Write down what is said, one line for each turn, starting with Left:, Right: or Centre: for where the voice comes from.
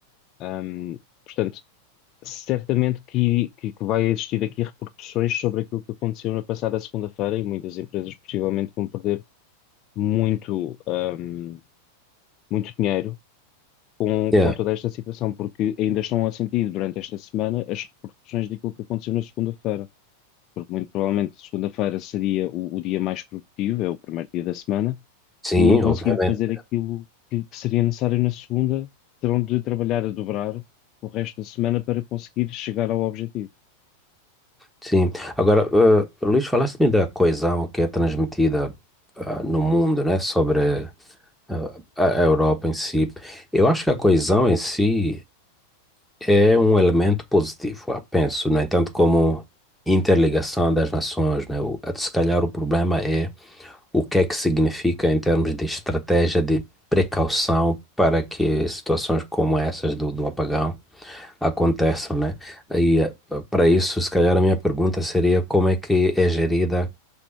Left: Ahm, portanto, Certamente que, que, que vai existir aqui repercussões sobre aquilo que aconteceu na passada segunda-feira e muitas empresas possivelmente vão perder muito, ahm, muito dinheiro com,
Centre: Yeah.
Left: com toda esta situação, porque ainda estão a sentir durante esta semana as repercussões daquilo que aconteceu na segunda-feira. Porque muito provavelmente segunda-feira seria o, o dia mais produtivo, é o primeiro dia da semana,
Centre: Sim,
Left: e não conseguindo
Centre: obviamente.
Left: fazer aquilo que, que seria necessário na segunda, terão de trabalhar a dobrar o resto da semana para conseguir chegar ao objetivo.
Centre: Sim. Agora, eh, Luís, falaste-me da coesão que é transmitida ah, no mundo, né? Sobre ah, a a Europa em si. Eu acho que a coesão em si é um elemento positivo, ah, penso. No entanto, como interligação das nações, né? O, se calhar o problema é o que é que significa em termos de estratégia de precaução para que situações como essas do, do apagão aconteçam, né? E ah, para isso, se calhar a minha pergunta seria como é que é gerida,